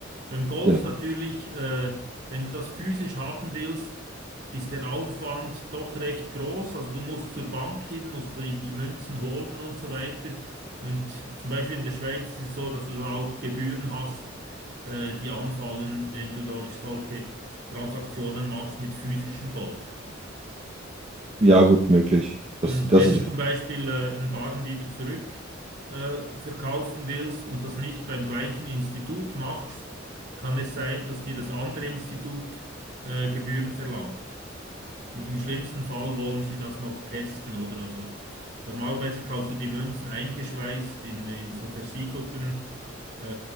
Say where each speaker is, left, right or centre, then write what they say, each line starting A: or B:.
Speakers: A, on the right (about 60°); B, on the right (about 30°).
A: Beim Gold
B: genau.
A: ist natürlich, äh, wenn du das physisch haben willst, ist der Aufwand doch recht groß. Also du musst zur Bank hin, musst die, die Münzen holen und so weiter. Und zum Beispiel in der Schweiz ist es so, dass du da auch Gebühren hast, äh, die anfallen, wenn du dort solche Transaktionen machst mit physischem Gold.
B: Ja, gut, möglich.
A: Und
B: Das, das
A: wenn
B: ist,
A: du zum Beispiel äh, einen Barren wieder zurück äh, verkaufen willst und das nicht beim gleichen Institut machst, kann es sein, dass dir das andere Institut äh, Gebühren verlangt. I- Im schlimmsten Fall wollen sie das noch testen, oder? Also normalerweise kaufst du die Münzen eingeschweißt in, in so versiegelten äh,